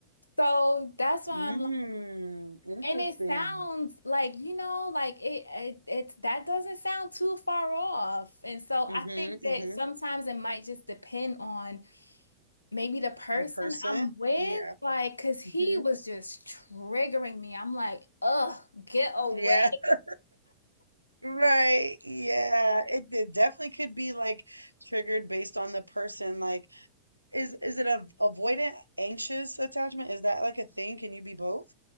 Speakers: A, on the left; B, on the right.
A: So that's why
B: Mm.
A: I'm like,
B: Interesting.
A: and it sounds like, you know, like it, it it's that doesn't sound too far off. And so
B: Mhm.
A: I think that
B: Mhm.
A: sometimes it might just depend on maybe the person
B: The person.
A: I'm with,
B: Yeah.
A: like, cause he
B: Mhm.
A: was just triggering me. I'm like, ugh, get away.
B: Yeah. <laughs> Right. Yeah. It, it definitely could be like triggered based on the person. Like, is is it a avoidant, anxious attachment? Is that like a thing? Can you be both?